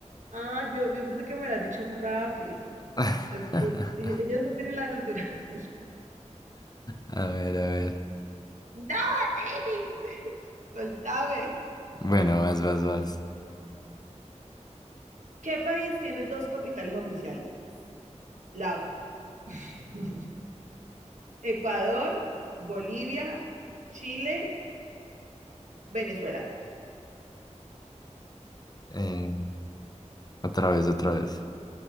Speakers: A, on the right (about 80°); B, on the left (about 30°).
A: Ah, yo, yo pensé que me lo has dicho rápido.
B: <laughs>
A: Es que e- ellas no tienen la altura. <laughs>
B: A ver, a ver.
A: No, David, <laughs> soltame.
B: Bueno, vas, vas, vas.
A: ¿Qué país tiene dos capitales oficiales? La <laughs> Ecuador, Bolivia, Chile, Venezuela.
B: Eh, otra vez, otra vez.